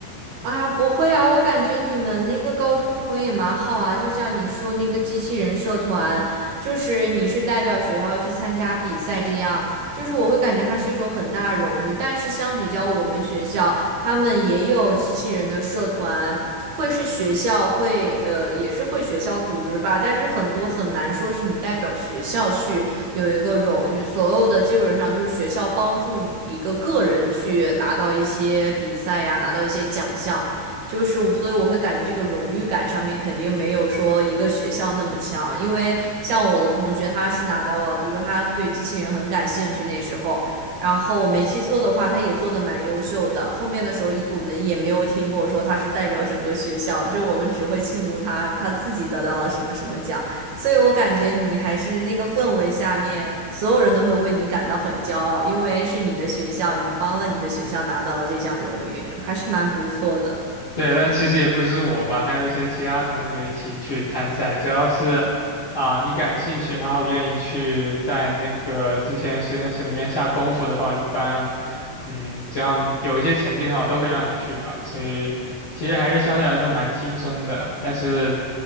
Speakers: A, on the right; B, on the left.
A: 哎呀，不会啊，我感觉你们那个高中氛围也蛮好啊，就像你说那个机器人社团，就是你是代表学校去参加比赛这样，就是我会感觉它是一种很大的荣誉。但是相比较我们学校，他们也有机器人的社团，会是学校会呃也是会学校组织吧，但是很多很难说是你代表学校去。有一个荣誉，所有的基本上都是学校帮助一个个人去拿到一些比赛呀，拿到一些奖项，就是我所以我会感觉这个荣誉感上面肯定没有说一个学校那么强，因为像我的同学他是拿到了，比如说他对机器人很感兴趣那时候。然后我没记错的话，他也做的蛮优秀的。后面的时候，我们也没有听过说他是代表整个学校，就我们只会庆祝他他自己得到了什么什么奖。所以我感觉你还是那个氛围下面，所有人都会为你感到很骄傲，因为是你的学校，你帮了你的学校拿到了这项荣誉，还是蛮不错的。
B: 对，但其实也不只是我吧，还有一些其他同学一起去参赛。只要是啊、你感兴趣，然后愿意去在那个机器人实验室里面下功夫的话，一般，嗯，只要有一些成绩的话，都会让你去吧。所以其实还是相对来说蛮轻松的，但是